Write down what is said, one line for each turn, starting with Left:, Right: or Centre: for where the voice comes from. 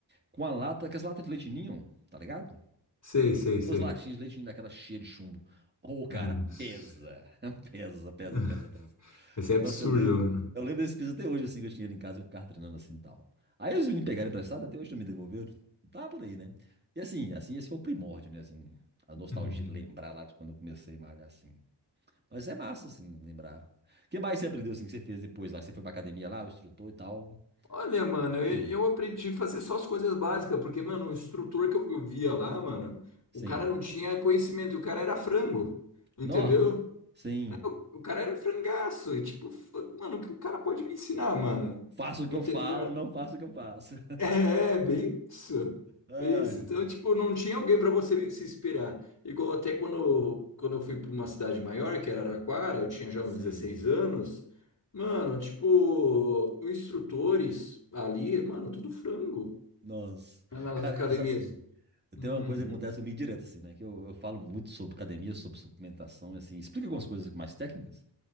Right: Com a lata, com as latas de leite ninho, tá ligado?
Left: Sei, sei, sei.
Right: Os latinhos de leite ninho daquela cheia de chumbo. Ô, cara,
Left: Nossa.
Right: pesa. <laughs> Pesa, pesa,
Left: <laughs>
Right: pesa, pesa.
Left: Isso é absurdo,
Right: Nossa, eu lembro.
Left: mano.
Right: Eu lembro desse piso até hoje, assim, que eu tinha ele em casa, que eu ficava treinando assim e tal. Aí os meninos pegaram emprestado, até hoje não me devolveram. Tá por aí, né? E assim, assim, esse foi o primórdio, né? Assim, a nostalgia
Left: Uhum.
Right: de lembrar lá de quando eu comecei a malhar, assim. Mas é massa, assim, lembrar. O que mais você aprendeu, assim, que você fez depois lá? Você foi pra academia lá, o instrutor e tal.
Left: Olha, mano,
Right: E
Left: eu,
Right: aí?
Left: eu aprendi a fazer só as coisas básicas, porque, mano, o instrutor que eu, eu via lá, mano,
Right: Sim.
Left: o cara não tinha conhecimento, e o cara era frango, entendeu?
Right: Nó? Sim.
Left: O, o cara era frangaço, e tipo, fa- mano, o que o cara pode me ensinar, mano?
Right: Faço o que
Left: Entendeu?
Right: eu falo, não faço o que eu faço.
Left: É, é, bem isso.
Right: <laughs> Ai,
Left: Bem isso. Então, tipo, não tinha alguém para você se inspirar. Igual até quando, quando eu fui para uma cidade maior, que era Araraquara, eu tinha já
Right: sim.
Left: uns 16 anos. Mano, tipo, os instrutores ali, mano, tudo frango
Right: Nossa.
Left: né, nas
Right: Cara,
Left: academias.
Right: eu sou assim. Eu
Left: Uhum,
Right: tenho uma coisa que acontece comigo direto, assim, né? Que eu, eu falo muito sobre academia, sobre suplementação, assim, explico algumas coisas mais técnicas.